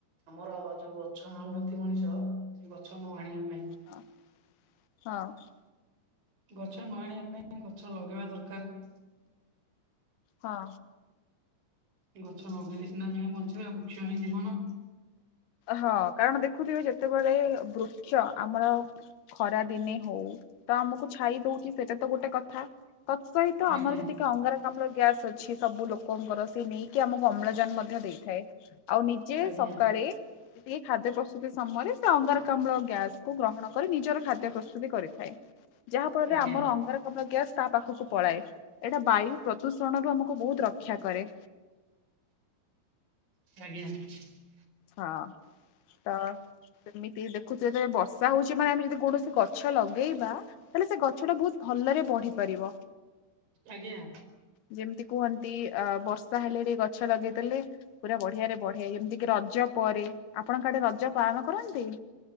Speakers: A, on the right (about 55°); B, on the left (about 70°).
A: ଆମର ଯୋଉ ଗଛ ଆଣୁନାହାନ୍ତି ମଣିଷ ସେ ଗଛ ନ ଆଣିବା ପାଇଁ।
B: ହ ହଁ।
A: ଗଛ ନ ଆଣିବା ପାଇଁ ଗଛ ଲଗେଇବା ଦରକାର।
B: ହଁ।
A: ଗଛ ଲଗେଇଲେ ସିନା ଆମେ ହିଁ ବଞ୍ଚିବେଉ ବୃକ୍ଷ ହିଁ ଜୀବନ।
B: ହଁ କାରଣ ଦେଖୁଥିବେ ଯେତେବେଳେ ବୃକ୍ଷ ଆମର ଖରା ଦିନେ ହଉ ତ ଆମକୁ ଛାଇ ଦଉଛି ସେଇଟା ତ ଗୋଟେ କଥା। ତତ୍ ସହିତ
A: ଆଜ୍ଞା
B: ଆମର ଯେତିକି ଅଙ୍ଗାର। ଆମର ଗ୍ୟାସ୍ ଅଛି ସବୁ ଲୋକଙ୍କର ସେ ନେଇକି ଆମକୁ ଅମ୍ଳଜାନ ମଧ୍ୟ ଦେଇଥାଏ। ଆଉ ନିଜେ
A: ଆଜ୍ଞା
B: ସକାଳେ ଟିକେ ଖାଦ୍ୟ ପ୍ରସ୍ତୁତି ସମୟରେ ସେ ଅଙ୍ଗାରକାମ୍ଳ ଗ୍ୟାସ କୁ ଗ୍ରହଣ। କରି ନିଜର ଖାଦ୍ୟ ପ୍ରସ୍ତୁତି କରିଥାଏ ଯାହା ଫଳରେ
A: ଆଜ୍ଞା
B: ଆମର ଅଙ୍ଗାର। ଅମ୍ଳ ଗ୍ୟାସ୍ ତା ପାଖକୁ ପଳାଏ ଏଇଟା ବାୟୁ ପ୍ରଦୂଷଣ ରୁ ଆମକୁ ବହୁତ ରକ୍ଷା କରେ।
A: ଆଜ୍ଞା।
B: ହଁ ତ। ସେମିତି ଦେଖୁଛୁ ଯେତେବେଳେ ବର୍ଷା ହଉଛି ମାନେ ଆମେ ଯଦି କୌଣସି ଗଛ ଲଗେଇବା। ତାହେଲେ ସେ ଗଛ ଟା ବହୁତ ଭଲରେ ବଢି ପାରିବ।
A: ଆଜ୍ଞା।
B: ଯେମିତି କୁହନ୍ତି ଅ ବର୍ଷା ହେଲେରେ ଗଛ ଲଗେଇଦେଲେ। ପୁରା ବଢିଆରେ ବଢେ ଯେମିତି କିି ରଜ ପରେ ଆପଣଙ୍କ ଆଡ଼େ ରଜ ପାଳନ କରନ୍ତି?